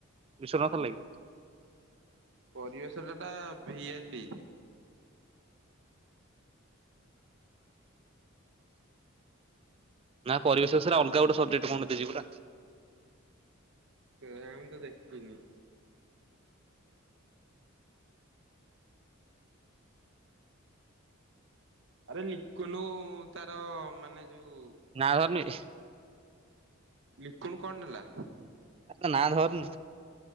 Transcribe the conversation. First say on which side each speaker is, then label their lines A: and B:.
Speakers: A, on the right (about 25°); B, on the right (about 60°).
A: ବିଶ୍ୱନାଥ ହେଲାକି।
B: ପରିବେଶ ଟା ଟା ଭିଏସି।
A: ନା ପରିବେଶ ସାରା ଅଲଗା ଗୋଟେ ସବଜେକ୍ଟ କଣ ଦେଇଚି ପରା।
B: କେଇଆଣ ତ ମୁଁ ଦେଖିନି। ଆରେ ଲିକୁନୁ ତାର ମାନେ ଯୋଉ
A: ନାଁ ଧରୁନି ଇହି
B: ଲିକୁନ କଣ ନେଲା?
A: ଏ ତା ନାଁ ଧରନି।